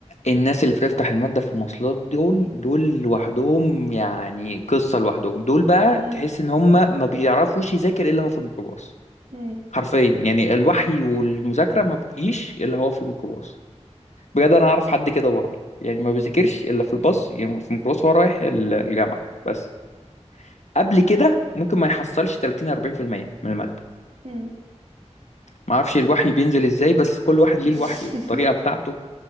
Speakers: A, on the left (about 75°); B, on the right (about 75°).
A: الناس اللي بتفتح المادة في المواصلات دول دول لوحدهم يعني قصة لوحدهم دول بقى
B: مم.
A: تحس ان هم ما بيعرفوش يذاكر الا هو في الميكروباص
B: مم.
A: حرفيا يعني الوحي والمذاكرة ما بتجيش الا هو في الميكروباص بجد انا اعرف حد كده برضه يعني ما بيذاكرش الا في الباص يعني في الميكروباص وهو رايح ال- الجامعة بس قبل كده ممكن ما يحصلش 30 40% من المادة
B: مم.
A: ما اعرفش الوحي بينزل ازاي بس كل واحد ليه
B: <laughs>
A: الوحي والطريقة بتاعته